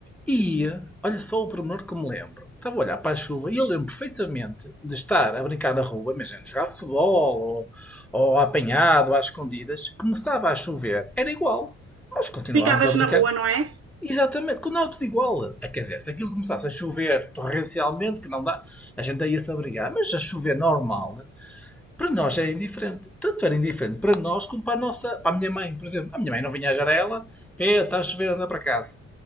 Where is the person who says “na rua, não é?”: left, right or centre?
Right